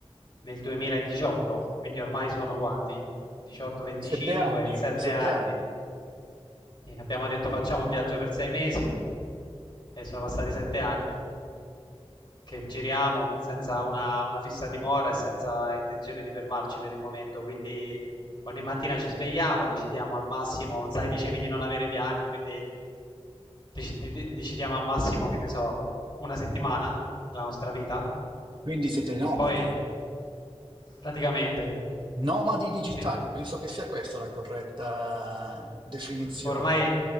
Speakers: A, on the left; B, on the right.
A: nel 2018, quindi ormai sono quanti? 18, 25,
B: Sette anni,
A: 7
B: sette
A: anni.
B: anni.
A: E abbiamo detto facciamo un viaggio per sei mesi e sono passati sette anni che giriamo senza una, una fissa dimora e senza intenzione di fermarci per il momento. Quindi ogni mattina ci svegliamo, decidiamo al massimo, sai, dicevi di non avere piani, quindi deci- de- decidiamo al massimo, che ne so, una settimana della nostra vita
B: Quindi siete nomadi.
A: e poi praticamente
B: Nomadi digitali,
A: sì,
B: penso che sia questa la corretta definizione.
A: Ormai,